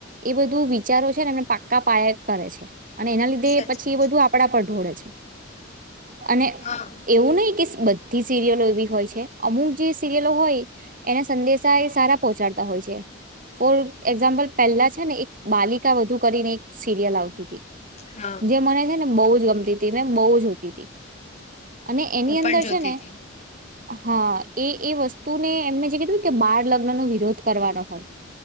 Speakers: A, on the right; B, on the left.
A: એ બધું વિચારો છે ને એમને પાક્કા પાયા કરે છે. અને એના લીધે
B: સાચી
A: પછી
B: વાત
A: એ બધું
B: છે
A: પર ઢોળે છે. અને
B: હા
A: એવું નહી કે બધી સિરિયલો એવી હોય છે. અમુક જે સિરિયલો હોય એના સંદેશા એ સારા પહોંચાડતા હોય છે. ફોર એક્ઝામ્પલ પહેલા છે ને એક બાલિકા વધુ કરીને એક સિરિયલ આવતી તી.
B: હા
A: જે મને છેને બહુ જ ગમતી તી ને બહુ જ જોતી તી. અને એની
B: હું
A: અંદર
B: પણ જોતી
A: છે ને.
B: હતી.
A: હ એ એ વસ્તુને એમને જે કીધું કે બાળ લગ્ન નો વિરોધ કરવાનો હોય.